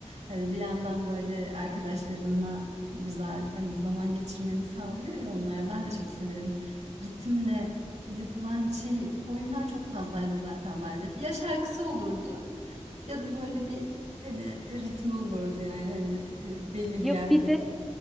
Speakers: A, on the right; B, in the centre.
A: Hani bir yandan böyle arkadaşlarınla güzel hani zaman geçirmeni sağlıyor ya onlar ben de çok severim ritimle yapılan şey oyunlar çok fazlaydı zaten bence ya şarkısı olurdu ya da böyle bir hani ritmi olurdu yani hani e, belli
B: Ya
A: bir yerde.
B: bir de